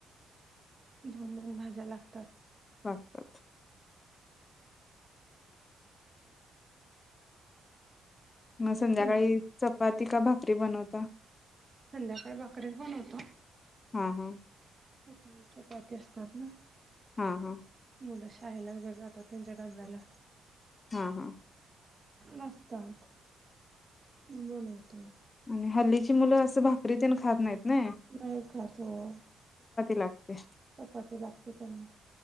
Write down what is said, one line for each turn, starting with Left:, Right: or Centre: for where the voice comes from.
Right: दोन-दोन भाज्या लागतात.
Left: वागतात. मग संध्याकाळी
Right: तुम
Left: चपाती का भाकरी बनवता?
Right: संध्याकाळी भाकरीच बनवतो.
Left: हा हा.
Right: सकाळी चपाती असतात ना.
Left: हा हा.
Right: मुल शाळेला वगैरे जातात त्यांच्या डब्याला
Left: हा हा
Right: नसतात मी बनवतो
Left: आणि हल्लीची मुल अस भाकरी तिन खात नाहीत नय
Right: नाही खात व्हय
Left: लागते
Right: चपाती लागते त्यांना